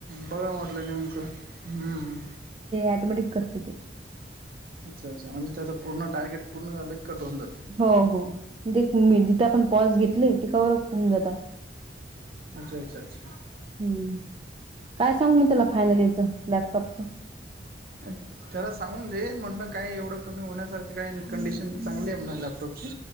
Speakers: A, on the right (about 55°); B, on the right (about 30°).
A: बघा म्हटलं नेमकं हम्म
B: ऑटोमॅटिक कटत ते
A: अच्छा अच्छा म्हणजे त्याझ पूर्ण टार्गेट पूर्ण झालं कट होन जाते.
B: हो हो म्हजे जिथे आपण पॉज घेतले ते कवरप होऊन जातात.
A: अच्छा अच्छा अच्छा.
B: हम्म काय सांग म त्याला फायनल याचं लॅपटॉपचं.
A: अ. त्याला सांगून दे म्हण पण काय एवढं कमी होण्यासारखे काय कंडिशन चांगली आहे म्ह लॅपटॉपची.